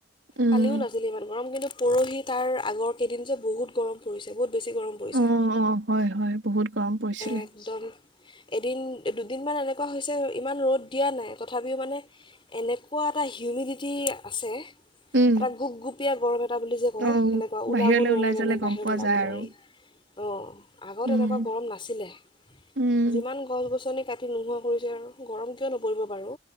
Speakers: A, on the right; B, on the left.
A: উম,
B: কালিও নাছিলে ইমান গৰম কিন্তু পৰহি তাৰ আগৰ কেইদিন যে, বহুত গৰম পৰিছে, বহুত বেছি গৰম পৰিছে
A: অ', অ', হয় হয়, বহুত গৰম পৰিছিলে।
B: একদম এদিন দুদিনমান এনেকুৱা হৈছে ইমান ৰ'দ দিয়া নাই, তথাপিও মানে এনেকুৱা এটা হিউমিডিটি আছে।
A: উম,
B: এটা গুপগুপীয়া <unintelligible> কটা বুলি যে কয়
A: অ',
B: সেনেকুৱা, ওলাব
A: বাহিৰলৈ
B: নোৱাৰি
A: ওলাই
B: মানে
A: যালে
B: বাহিৰত
A: গম পোৱা
B: ওলাব
A: যায়
B: নোৱাৰি।
A: আৰু।
B: অ', আগত
A: উম,
B: এনেকুৱা গৰম নাছিলে,
A: উম।
B: যিমান গছ গছনি কাটি নোহোৱা কৰিছে আৰু, গৰম কিয় নপৰিব বাৰু।